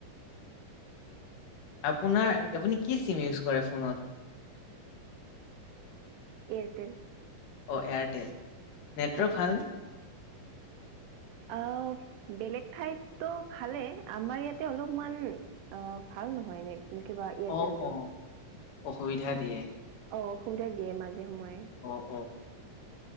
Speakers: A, on the left; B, on the right.
A: আপোনাৰ আপুনি কি চিম ইউজ কৰে ফোনত <inaudible>
B: এয়াৰটেল।
A: অ' এয়াৰটেল। নেটৱৰ্ক
B: হয়,
A: ভালনে?
B: আহ। বেলেগ ঠাইতো ভালে আমাৰ ইয়াতে অলপমান, অ ভাল নহয় ৰে নে কিবা এয়াৰটেল
A: অ', অ',
B: তো।
A: অসুবিধা দিয়ে।
B: অ অসুবিধা দিয়ে মাজে সময়ে।
A: অ', অ',